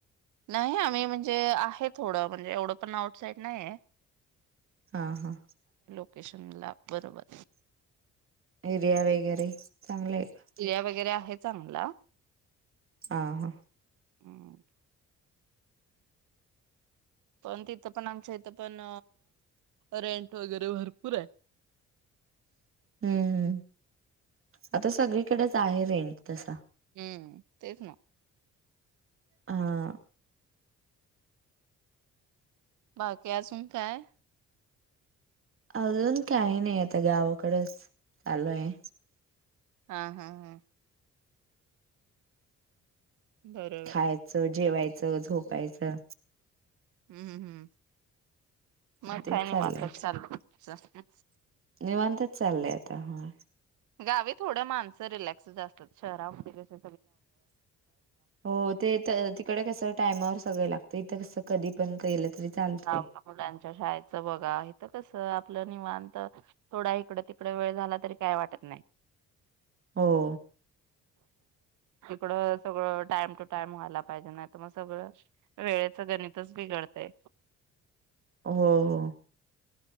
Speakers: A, on the right (about 75°); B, on the right (about 45°).
A: नाही आम्ही म्हणजे आहे थोडं म्हणजे एवढं पण आउट साईड नाही हाय.
B: हा, हा.
A: स्टेशनला बरोबर
B: एरिया वगैरे चांगलं आहे का?
A: एरिया वगैरे आहे चांगला
B: हा, हा.
A: हम्म. पण तिथं पण आमच्या इथ पण रेंट वगैरे भरपूर आहे.
B: हम्म. आता सगळीकडेच आहे रेंट तसा.
A: हम्म, तेच ना.
B: हा.
A: बाकी आजून काय?
B: अजून काही नाही आता गावाकडच आलोय.
A: हा हा हा बरोबर
B: खायचं जेवायचं, झोपायचं
A: हम्म हम्म मग
B: तेच
A: काय निवांत
B: चाललंय आता
A: चाललय सासरी?
B: निवांतच चाललंय आता हा
A: गावी थोड माणसं रिलॅक्स च असतात शहरामध्ये कशे
B: हो ते तिकडे कस टायमावर सगळ लागतय इथं कस कधी पण केलं तरी? चालतंय.
A: हा व मुलांच्या शाळेचं बघा इथ कस आपलं निवांत थोड इकड तीक इड वेळ झाला तरी काय वाटत नाही?
B: हो.
A: इकडं सगळं टाइम टू टाइम व्हायला पाहिजे नाही तर मग सगळं वेळेचं गणितच बिघडतय
B: हो हो